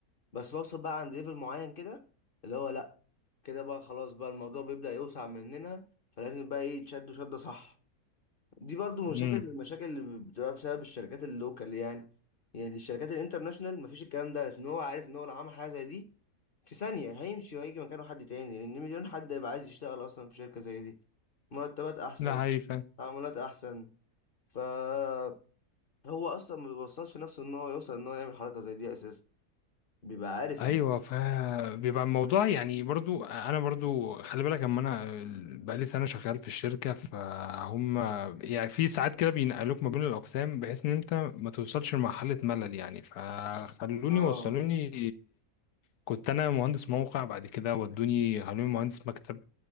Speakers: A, on the left (about 40°); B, on the left (about 85°).
A: بس بوصل بقى عند ليفل معين كده اللي هو لا كده بقى خلاص بقى الموضوع بيبدأ يوسع مننا فلازم بقى ايه تشدوا شدة صح دي برضو مشاكل
B: امم
A: من المشاكل اللي بتبقى بسبب الشركات اللوكال يعني يعني الشركات الانترناشونال مفيش الكلام ده لان هو عارف ان هو لو عمل حاجه زي دي في ثانيه هيمشي وهيجي مكانه حد تاني لان مليون حد هيبقى عايز يشتغل اصلا في شركه زي دي مرتبات احسن
B: لا هي فعلا
A: تعاملات احسن فهو اصلا ما بيوصلش نفسه ان هو يوصل ان هو يعمل حركه زي دي اساسا بيبقى عارف
B: ايوه
A: ال...
B: فبيبقى الموضوع يعني برضو انا برضو خلي بالك اما انا بقالي سنه شغال في الشركه فهم يعني في ساعات كده بينقلوك ما بين الاقسام بحيث ان انت ما توصلش لمرحله ملل يعني فخلوني
A: اه
B: وصلوني كنت انا مهندس موقع بعد كده ودوني خلوني مهندس مكتب